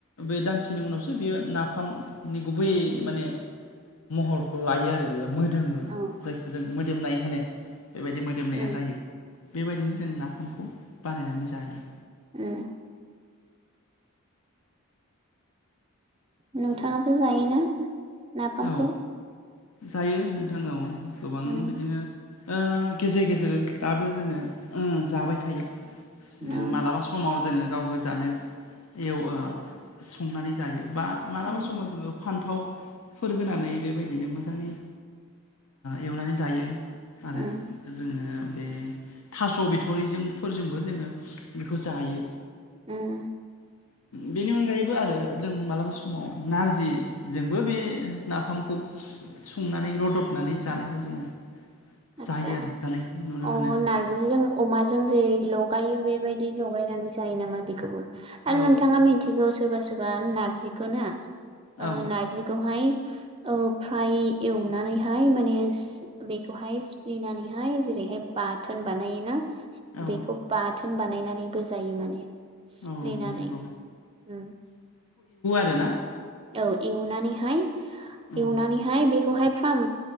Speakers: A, on the left (about 75°); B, on the right (about 25°).
A: बै दान दाननैसिनि उनावसो बियो नाफामनि गुबै माने महरखौ लायो आरो बियो मोनो। मोदोमो
B: औ
A: जायखौ जों मोदोमनाय होनो बेबायदि मोदोमनाया
B: उम
A: जायो। बेबायदिनो जोङो नाफामखौ बानायनानै जायो।
B: उम नोंथांङाबो जायोना नाफामखौ।
A: औ जायो नोंथां औ गोबां
B: उम
A: बिदिनो। ओ गेजेर गेजेर दाबो जोङो जाबाय थायो।
B: औ
A: मालाबा समाव जोङो गाव गोजानो एव आ संनानै जायो बा मालाबा
B: उम
A: समाव जोङो। फान्थाव फोर होनानै बेबायदिनो मोजाङै एवनानै ओ जायो। आरो
B: उम
A: जोङो। बे थास' बिथरिजों फोरजोंबो जोङो बेखौ जायो।
B: उम
A: बेनि अनगायैबो आरो जों मालाबा समाव नारजि जोंबो बे नाफामखौ संनानै रदबनानै जानायखौ जोङो
B: आतसा
A: जायो आरो जानायखौ नुनो
B: अ
A: मोनो
B: नारजिजों अमाजों जेरै लगायो बेबायदि लगायनानै जायो नामा बेखौबो? आरो
A: औ
B: नोंथाङा मिथिगौ सोरबा सोरबा नार्जिखौ ना
A: औ
B: नार्जिखौहाय ओ फ्राय एवनानैहाय माने बे हाय सिप्ले नानै हाय जेरैहाय बाथोन बानायोना
A: औ
B: बेखौ बाथोन बाथोन बानायनानैबो जायो माने सिफ्लेनानै
A: औ नंगौ
B: उम
A: ना
B: औ एवनानै हाय
A: औ
B: एवनानै हाय बेखौहाय फ्राम